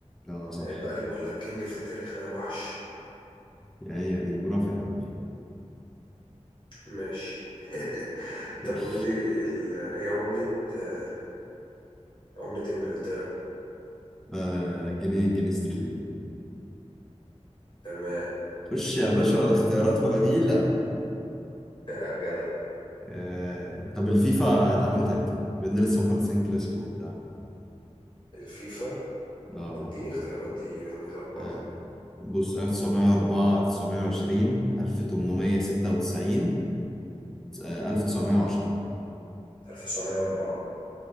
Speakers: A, in the centre; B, on the left (about 40°).
A: اه صح
B: عيب بقى عليك بقول لك كينج في التاريخ أنا وحش
A: يعني دي جغرافيا يا حبيبي
B: ماشي <laughs>
A: خش
B: طب قول لي ال... ايه عملة آه، عملة انجلترا
A: آه... جنيه جنيه استرليني
B: تمام
A: خش يا باشا ولا اختيارات ولا نيلة
B: <laughs> جدع
A: آه... طب الفيفا اتعملت امتى؟ بإن لسه مخلصين كلاسيكو وبتاع
B: الفيفا
A: اه
B: اديني اختيارات دي يعني لخبطة
A: آه، بص 1904 1920 1896 آه، 1910
B: 1904